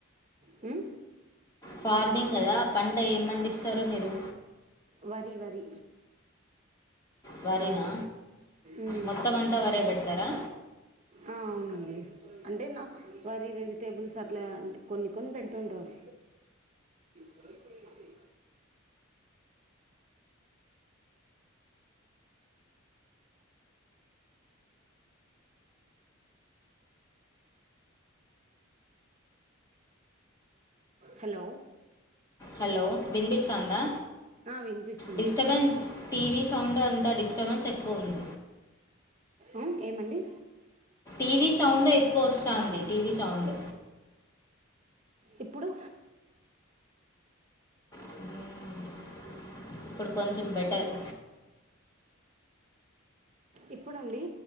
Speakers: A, on the right; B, on the left.
A: మ్
B: ఫార్మింగ్ కదా పంట ఏం పండిస్తారు మీరు
A: వరి వరి
B: వరి నా
A: మ్మ్.
B: మొత్తం అంతా వారే పెడతారా
A: ఆ, అవునండి అంటే నా వారి వెజిటేబుల్స్ అట్ల కొన్ని కొన్ని పెడుతుంటారు జయిపోయికి హలో
B: హలో వినిపిస్తందా
A: ఆ, వినిపిస్తుంది
B: డిస్టర్బెన్ టీవీ సౌండ్ అంతా డిస్టర్బెన్స్ ఎక్కువుంది
A: మ్ ఏమండి
B: టీవీ సౌండ్ ఎక్కువ వస్తాంది టీవీ సౌండ్
A: ఇప్పుడు
B: మ్మ్. ఇప్పుడు కొంచెం బెటర్
A: ఇప్పుడండి